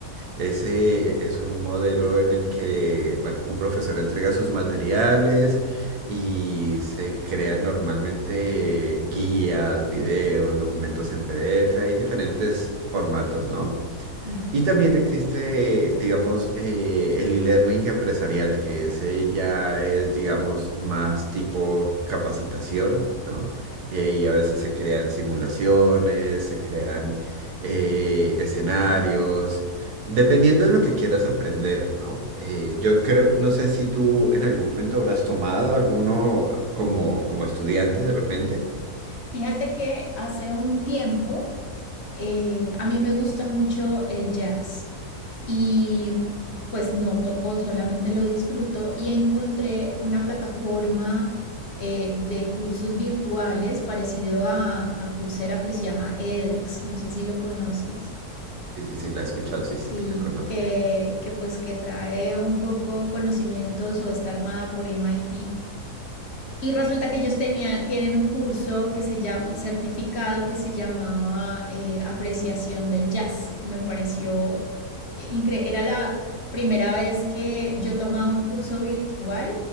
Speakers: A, on the right; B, on the left.
A: ese es un modelo en el que, bueno, un profesor entrega sus materiales y se crean normalmente guías, videos, documentos en PDF, hay diferentes formatos, ¿no?
B: ujú.
A: Y también existe, digamos, eh, el e-learning empresarial, que ese ya es, digamos, más tipo capacitación, ¿no? Y ahí a veces se crean simulaciones, se crean eh, escenarios, dependiendo de lo que quieras aprender, ¿no? Eh, yo creo, no sé si tú en algún momento habrás tomado alguno como, como estudiante de repente.
B: Fíjate que hace un tiempo Eh, a mí me gusta mucho el jazz y pues no toco, solamente lo disfruto y encontré una plataforma eh, de cursos virtuales parecido a, a Coursera, pero se llama edX, no sé si lo conoces.
A: Sí, sí, sí, la he escuchado, sí, sí,
B: Sí,
A: la conozco.
B: que, que pues que trae un poco conocimientos o está armada por MIT. Y resulta que ellos tenía- tienen un curso que se llama, certificado que se llamaba eh, Apreciación del Jazz. Me pareció increíble. Era la primera vez que yo tomaba un curso virtual,